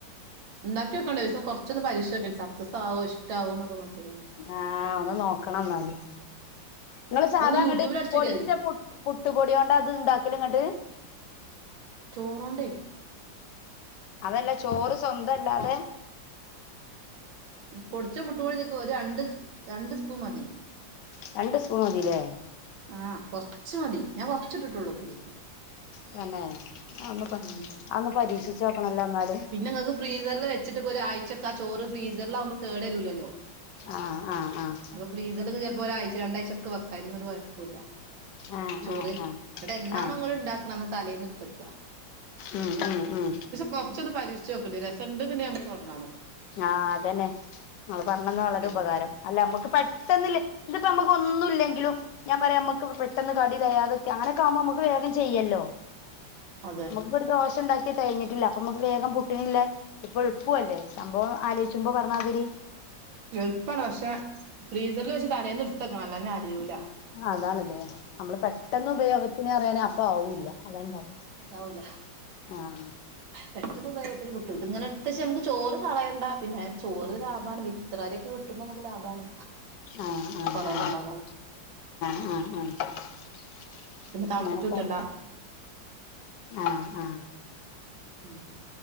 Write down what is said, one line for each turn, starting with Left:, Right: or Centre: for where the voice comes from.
Right: ണ്ടാക്കിക്കോണ്ടി ഒരുസം കൊർച്ചൊന്ന് പരീക്ഷിച്ചോക്കോണ്ടി സക്സാവോ ഇഷ്ടാവോ ന്നൊക്കെ നോക്കികോണ്ടി
Left: ആഹ് ഒന്ന് നോക്കണം ന്നാല് ങ്ങള് സാധാ
Right: അതൊന്ന് യൂട്യൂബിൽ
Left: ങ്ങട്ട്
Right: അടിച്ചോക്കിയാ
Left: പൊടിച്ച
Right: മതി
Left: പുട് പുട്ട്പൊടിയോണ്ടാ അത് ണ്ടാക്കല് ന്ന്ട്ട്
Right: ചോറോണ്ടേ
Left: അതല്ല ചോറ് സ്വന്തല്ലാതെ
Right: പൊടിച്ച പുട്ട് പൊടി ഇതീക്ക് ഒരു രണ്ട് സ് രണ്ട് സ്പൂ മതി
Left: രണ്ട് സ്പൂൺ മതിലേ
Right: ആഹ് കൊർച്ച് മതി ഞാൻ കൊർച്ച് ട്ട്ട്ടൊള്ളു ഇതീക്ക്
Left: തെന്നെ അത് ഒന്ന് പ
Right: ഉം
Left: അതൊന്ന് പരീക്ഷിച്ചോക്കണല്ലോ ന്നാല്
Right: പിന്നെ ങ്ങക്ക് ഫ്രീസറിൽ വെച്ചിട്ട്പ്പൊ ഒരാഴ്ചക്ക് ആ ചോറ് ഫ്രീസറിലാകുമ്പോ കേടെരുലല്ലോ
Left: ആഹ് ആഹ് ആഹ്
Right: അപ്പ ഫ്രീസറില്ന്ന് ചെലപ്പോ ഒരാഴ്ച രണ്ടാഴ്ച്ചൊക്കെ വെക്കാ അയ്നൊന്നും ഒരു കൊഴപ്പുല്ല
Left: ആഹ്
Right: ചോറ്
Left: ആഹ്
Right: ന്ന്ട്ടെന്നാണോ
Left: ആഹ് ആഹ്
Right: ഇങ്ങള് ഇണ്ടാക്ക്ണത് അന്ന് തലേന്ന്ട്ത്തെക്ക
Left: ഉം ഉം ഉം
Right: കൊർച്ചൊന്ന് പരീക്ഷിച്ചോക്കേണ്ടി രസണ്ട്ന്ന്ണ്ടെങ്കി ഞമ്മക്ക് തൊടങ്ങാലോ
Left: ആഹ് അതെന്നെ ങ്ങള് പർഞ്ഞെന്നത് വളരെ
Right: എല്ലും
Left: ഉപകാരം അല്ല മ്മക്ക് പെട്ടന്നില്ലേ ഇതിപ്പോ നമ്മക്കൊന്നുല്ലെങ്കിലും ഞാൻ പറയാം നമ്മക്ക് പെട്ടെന്ന് കടി തികയാതെക്കെ അങ്ങനെ ആകുമ്പോ നമുക്ക് വേഗം ചെയ്യാലോ
Right: അതെ
Left: ഇപ്പ ഒരു ദോഷണ്ടാക്കി തകിഞ്ഞിട്ടില്ല അപ്പൊ നമുക്ക് വേഗം പുട്ട്ണില്ലേ ഇതിപ്പോ എളുപ്പു അല്ലേ സംഭവോ ആലോയ്ചുമ്പോ പറഞ്ഞാതിരി
Right: എൾപ്പാണ് പക്ഷെ ഫ്രീസറിൽ വെച്ച് തലേന്ന് ഇട്ത്തക്കണം അല്ലാഞ്ഞ അലിയൂല
Left: അതാണ്ലെ നമ്മള് പെട് ട്ടെന്ന് ഉപയോഗത്തിന് അറിയാന അപ്പ ആവൂല്ല അതാണ്ടാവ
Right: അതാവൂല
Left: ആഹ്
Right: പെട്ടെന്ന് ഉപയോഗ ഒത്തിരി പുട്ടു ഇത് ഇങ്ങനെ എടുത്തേച്ച നമുക്ക് ചോറ് കളയണ്ട പിന്നെ ചോറ് ലാഭാണ് വി വിത്രരിയൊക്കെ കിട്ടുമ്പോ നമുക്ക് ലാഭാണ്
Left: ആഹ് ആഹ്
Right: കൊറെയൊക്കെണ്ടാക്കാലോ
Left: ആഹ് ആഹ് <inaudible>
Right: തളപ്പിച്ചൂറ്റണ്ട
Left: അങ്ങനെക്കെ ആഹ് ആഹ്
Right: ഉം